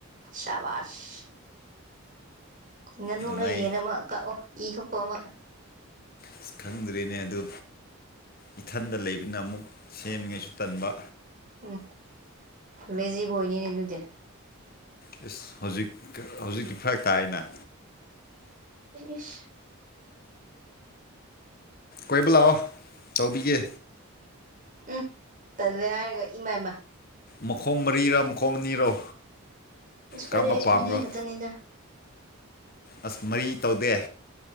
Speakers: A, on the right (about 40°); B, on the left (about 45°).
A: ꯁꯕꯥꯁ ꯉꯥꯅꯨ
B: ꯅꯨꯡꯉꯥꯏ
A: ꯔꯥ ꯌꯦꯟ ꯂꯥ ꯑꯃ ꯀꯛꯑꯣ ꯏ ꯊꯣꯛꯄ ꯑꯃ
B: ꯑꯁ ꯈꯪꯗ꯭ꯔꯅꯦ ꯑꯗꯨ ꯏꯊꯟꯗ ꯂꯩꯕꯅꯤꯅ ꯑꯃꯨꯛ ꯁꯦꯝꯅꯤꯉꯥꯏꯁꯨ ꯇꯟꯕ
A: ꯎꯝ ꯂꯦꯖꯤꯕꯣꯏꯅꯤꯅꯦ ꯑꯗꯨꯗꯤ
B: ꯏꯁ ꯍꯧꯖꯤꯛ ꯍꯧꯖꯤꯛꯇꯤ ꯐ꯭ꯔꯥꯛ ꯇꯥꯏꯌꯦꯅ
A: ꯏꯁ
B: ꯀꯣꯏꯕ ꯂꯥꯛꯑꯣ ꯇꯧꯕꯤꯒꯦ
A: ꯎꯝ ꯇꯜꯂꯦ ꯍꯥꯏꯔꯒ ꯏꯃꯥ ꯏꯃꯥ
B: ꯃꯈꯣꯡ ꯃꯔꯤꯔꯥ ꯃꯈꯣꯡ ꯑꯅꯤꯔꯣ
A: ꯑꯁ ꯑꯩꯈꯣꯏꯗꯤ
B: ꯀꯔꯝꯕ ꯄꯥꯝꯕ꯭ꯔꯣ
A: ꯑꯅꯤ ꯈꯥꯇꯅꯤꯗ
B: ꯑꯁ ꯃꯔꯤ ꯇꯧꯗꯦ